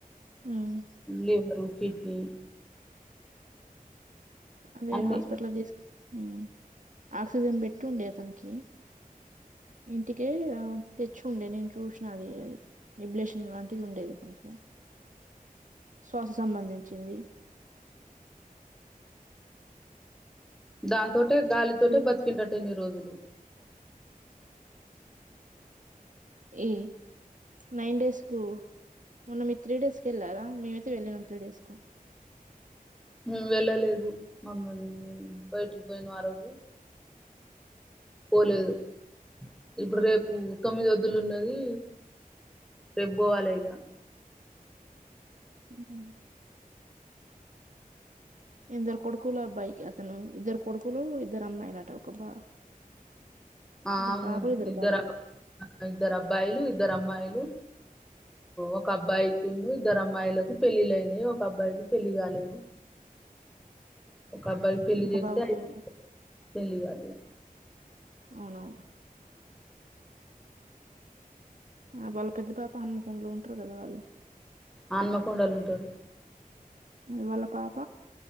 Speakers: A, on the right; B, in the centre.
A: ఉమ్
B: లేవరు వీద్దె
A: అదే
B: అన్ని
A: హాస్పిటల్ కు తీస్ ఉ ఆక్సిజన్ పెట్టి ఉండేది అతనికి ఇంటికే తెచ్చి ఉండే నేను చూసిన అది అది నిబ్లేషన్ లాంటిది ఉండేది అతన్ కు శ్వాస సంబంధించింది
B: దాన్ తోటే గాలితోటే
A: ఇప్పుడు
B: బతికిన్ దంట ఇన్ని రోజులు
A: ఏ నైన్ డేస్ కు మొన్న మీరు త్రీ డేస్కి వెళ్ళారా మేమైతే వెళ్ళినాం త్రీ డేస్ కు
B: ము వెళ్ళలేదు మమ్మల్ని బయటికి పోయిన ఆ రోజు పోలేదు ఇప్పుడు రేపు తొమ్మిది ఎద్దులు ఉన్నది రేపు పోవాలి ఇగ
A: ఆ ఇద్దరు కొడుకులు అబ్బాయికి అతను ఇద్దరు కొడుకులు ఇద్దరు అమ్మాయిలాట ఒక బా
B: ఆ
A: ఇద్దరు
B: అవును
A: పాపలు
B: ఇద్దరు
A: బాబులు
B: ఇద్దరు అబ్బాయిలు ఇద్దరు అమ్మాయిలు ఒక అబ్బాయికి ఉన్ను ఇద్దరు అమ్మాయిలకు పెళ్ళిళ్ళ ఐయినాయి ఒక అబ్బాయికి పెళ్ళి గలేదు ఒక అబ్బాయి పెళ్లి
A: ఒక
B: చేస్తే
A: బాబు
B: అయ్
A: పెళ్ళి
B: పెళ్లి గాని
A: అవును అవును ఆ వాళ్ళ పెద్ద పాప హనుమకొండలో ఉంటారు కదా వాళ్ళు
B: హనుమకొండలో ఉంటారు
A: వాళ్ళ పాప